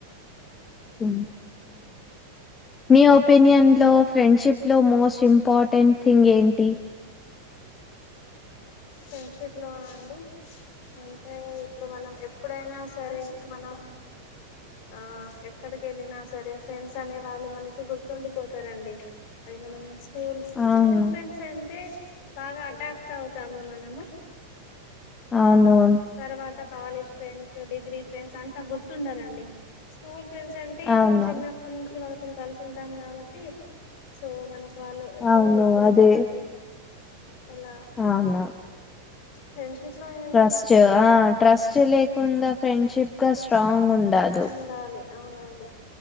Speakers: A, on the left (about 20°); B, on the left (about 45°).
A: ఉమ్ మీ ఒపీనియన్ లో ఫ్రెండ్షిప్ లో మోస్ట్ ఇంపార్టెంట్ థింగ్ ఏంటి
B: ఫ్రెండ్షిప్ లో అండి అంటే ఇప్పుడు మనం ఎప్పుడైనా సరే మనం ఆ ఎక్కడికెళ్ళినా సరే ఫ్రెండ్స్ అనే వాళ్ళు మనకి గుర్తుండిపోతరండి అది మనం స్కూల్స్
A: అవును
B: స్కూల్ ఫ్రెండ్స్ అంటే బాగా అటాక్ట్ అవుతాము మనము
A: అవునున్
B: తర్వాత కాలేజ్ ఫ్రెండ్స్ డిగ్రీ ఫ్రెండ్స్ అంత గుర్తుండరండి స్కూల్ ఫ్రెండ్స్ అన్ టే
A: అవును
B: మనం చిన్నప్పటి నుంచి వాళ్ళతొని కలిసి ఉంటాం కాబట్టి సో మనక్ వాళ్ళు ఎక్కువ
A: అవును
B: గుర్తుంటారండి
A: అదే
B: అలా
A: అవును
B: ఫ్రెండ్షిప్ లో ఏందండి
A: ట్రస్ట్ ఆ ట్రస్ట్ లేకుండ ఫ్రెండ్షిప్ గ స్ట్రాంగ్ ఉండాదు
B: ఉండాలి అవునండి